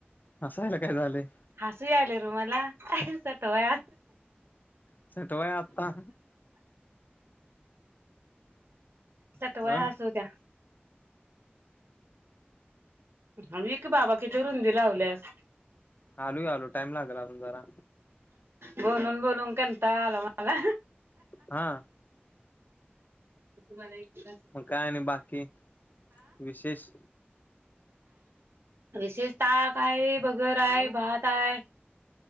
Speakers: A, on the left; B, on the right.
A: हसायला काय झालंय?
B: हसू यायलय र मला. सटवाय
A: <inaudible> सटवाय, आता?
B: सटवाय
A: ह
B: हसवत्या. ह व एक की बाबा, किती रुंदी लावल्यास.
A: आलू -. टाइम लागेल अजून जरा.
B: बोलून - बोलून कंटाळा आला मला.
A: हा
B: तुम्हाला एक ग्लास
A: काय आणि बाकी विशेष.
B: विशेष ता काय भगर हाय भात हाय.